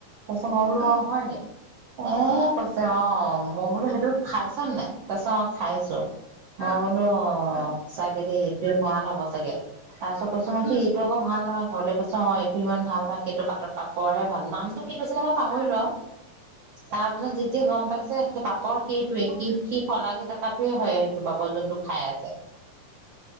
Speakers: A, on the right (about 80°); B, on the left (about 80°).
A: ক মই বোলো
B: উম
A: অ' হয় ন অ কৈছে অ' মই বোলো। খাইছ ন নাই তাৰছত মই খাইছো মই
B: অ
A: বোলো অ'
B: উম
A: সঁচাক কেদি স ভাল হ'ব চাগে তাৰপিছত কৈচোন মছি
B: উম
A: এইটো আকৌ ভাল নহয়। ঘৰলৈ কৈছো অ' এইটো ইমান ভাল ন সেইটো পাত পাপৰহে ভাল নামটো কি কৈছে নে মই পাহৰিলো
B: আহ
A: আৰু তাৰ পিছত যেতিয়া গম পাইছে। সেই পাপৰ সেইটোৱে স সি শলাগি থকাতোৱে হয়। সেইটো পাপ যোনটো খাই আছে।